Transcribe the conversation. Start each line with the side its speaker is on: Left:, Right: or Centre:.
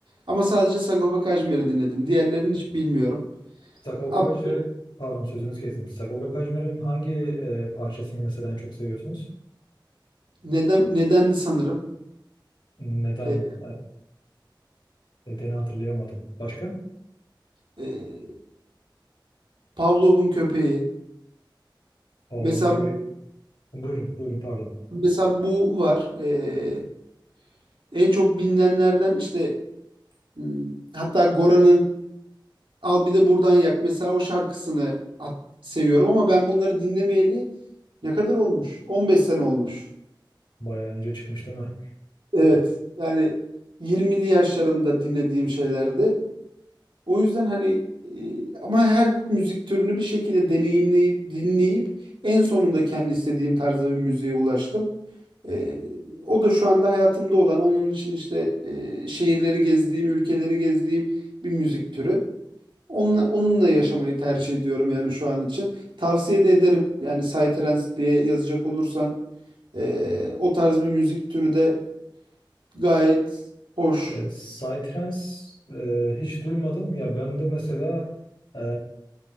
Right: Ama sadece Sagopa Kajmer'i dinledim. Diğerlerini hiç bilmiyorum.
Left: Sagopa
Right: Ab
Left: Kajmer'i pardon sözünüzü kestim. Sagopa Kajmer'in hangi e, parçasını mesela en çok seviyorsunuz?
Right: neden nedendi sanırım.
Left: Neden?
Right: E,
Left: E, nedeni hatırlayamadım. Başka?
Right: e, Pavlov'un köpeği.
Left: Paolo
Right: Mesela
Left: Mukavele. Buyurun, buyurun pardon.
Right: mesela bu var. E, en çok bilinenlerden işte hmm, hatta Gora'nın Al bir de buradan yak. Mesela o şarkısını at- seviyorum ama ben bunları dinlemeyeli ne kadar olmuş? 15 sene olmuş.
Left: Bayağı önce çıkmış değil mi?
Right: Evet. Yani 20'li yaşlarımda dinlediğim şeylerdi. O yüzden hani e, ama her müzik türünü bir şekilde deneyimleyip dinleyip en sonunda kendi istediğim tarzda bir müziğe ulaştım. E, o da şu anda hayatımda olan onun için işte e, şehirleri gezdiğim, ülkeleri gezdiğim bir müzik türü. Onunla, onunla yaşamayı tercih ediyorum yani şu an için. Tavsiye de ederim. Yani Psytrance diye yazacak olursan eee, o tarz bir müzik türü de gayet hoş.
Left: Ya, Psytrance e, hiç duymadım ya ben de mesela e,